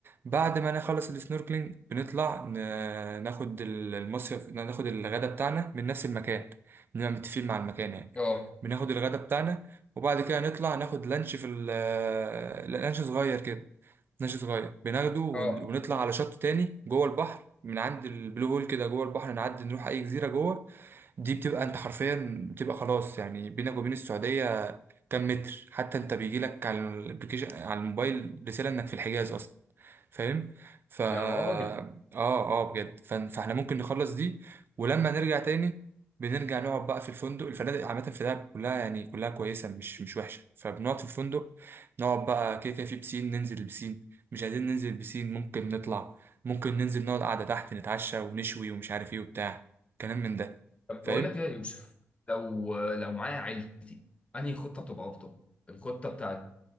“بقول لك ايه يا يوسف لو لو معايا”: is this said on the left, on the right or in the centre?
Left